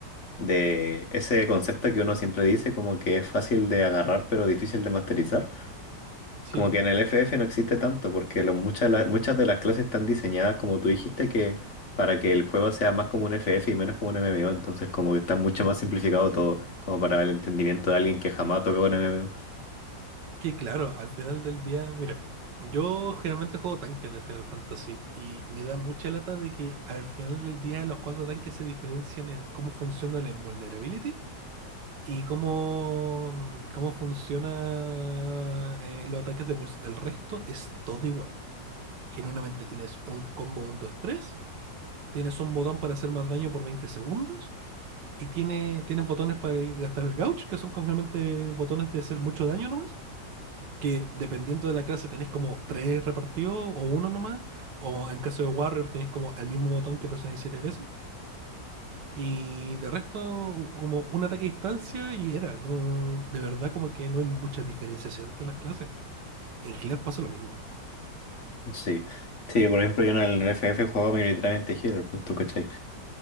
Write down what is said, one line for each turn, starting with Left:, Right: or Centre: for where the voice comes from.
Left: de ese concepto que uno siempre dice, como que es fácil de agarrar pero difícil de masterizar.
Right: Sí.
Left: Como que en el FF no existe tanto, porque lo- muchas, la- muchas de las clases están diseñadas, como tú dijiste, que para que el juego sea más como un FF y menos como un MMO, entonces como que está mucho más simplificado todo, como para el entendimiento de alguien que jamás tocó un MMO.
Right: Que claro, al final del día, miren, yo generalmente juego tanque en el Final Fantasy y me da mucha lata de que al final del día los cuatro tanques se diferencian en cómo funciona la invulnerability y cómo, cómo funciona eh, los ataques de burst El resto es todo igual. Genuinamente tienes un combo 1, 2 tres tienes un botón para hacer más daño por 20 segundos y tiene, tienes botones para gastar el gauge, que son generalmente botones de hacer mucho daño nomás que dependiendo de la clase tenés como tres repartidos o uno nomás, o en caso de Warrior tenés como el mismo botón que presionáis siete veces, y de resto como un ataque a distancia y era, no, de verdad como que no hay mucha diferenciación entre las clases. En Healer pasa lo mismo.
Left: Sí. Sí, por ejemplo, yo en el FF juego mayoritariamente healer, pues tú cachai.